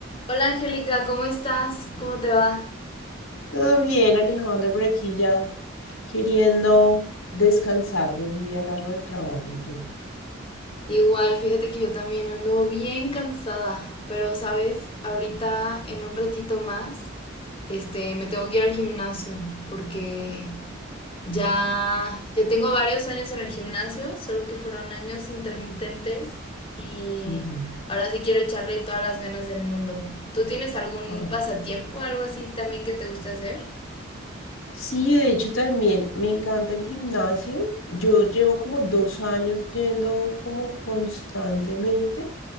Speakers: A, on the left (about 30°); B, on the left (about 85°).
A: Hola Angélica, ¿cómo estás? ¿Cómo te va?
B: Todo bien, Alejandra, por aquí ya queriendo descansar de un día largo del trabajo. ¿Y tú?
A: Igual, fíjate que yo también ando bien cansada, pero sabes, ahorita en un ratito más, este, me tengo que ir al gimnasio porque ya ya tengo varios años en el gimnasio, solo que fueron años intermitentes y
B: Ujú.
A: ahora sí quiero echarle todas las ganas del mundo. ¿Tú tienes algún
B: Ah.
A: pasatiempo, algo así también que te guste hacer?
B: Sí, de hecho también me encanta el gimnasio. Yo llevo como dos años yendo como constantemente,